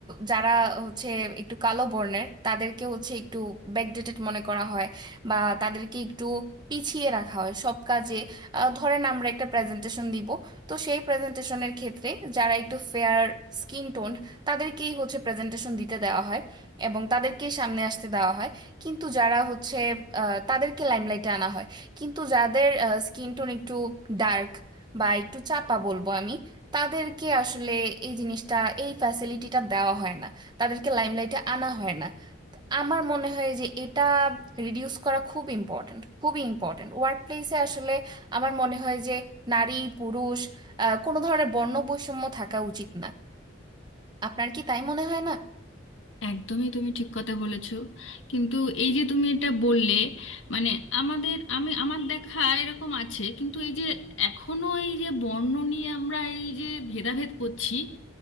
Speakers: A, on the right; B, on the left.
A: যারা হচ্ছে একটু কালো বর্ণের তাদেরকে হচ্ছে একটু ব্যাকডেটেড মনে করা হয় বা তাদেরকে একটু পিছিয়ে রাখা হয় সব কাজে আহ, ধরেন আমরা একটা প্রেজেন্টেশন দিব তো সেই প্রেজেন্টেশনের ক্ষেত্রে যারা একটু ফেয়ার স্কিন টোন্ড তাদেরকেই হচ্ছে প্রেজেন্টেশন দিতে দেওয়া হয় এবং তাদেরকেই সামনে আসতে দেওয়া হয় কিন্তু যারা হচ্ছে আহ, তাদেরকে লাইমলাইটে আনা হয় কিন্তু যাদের স্কিন টোন একটু ডার্ক বা একটু চাপা বলবো আমি তাদেরকে আসলে এই জিনিসটা এই ফ্যাসিলিটিটা দেওয়া হয় না তাদেরকে লাইমলাইটে আনা হয় না তো আমার মনে হয় যে এটা রিডিউস করা খুব ইম্পর্ট্যান্ট খুবই ইম্পর্ট্যান্ট ওয়ার্ক প্লেসে আসলে আমার মনে হয় যে নারী পুরুষ আহ, কোনো ধরনের বর্ণ বৈষম্য থাকা উচিত না আপনার কি তাই মনে হয় না
B: একদমই তুমি ঠিক কথা বলেছো কিন্তু এই যে তুমি এটা বললে মানে আমাদের আমি আমার দেখা এরকম আছে কিন্তু এই যে এখনো এই যে বর্ণ নিয়ে আমরা এই যে ভেদাভেদ করছি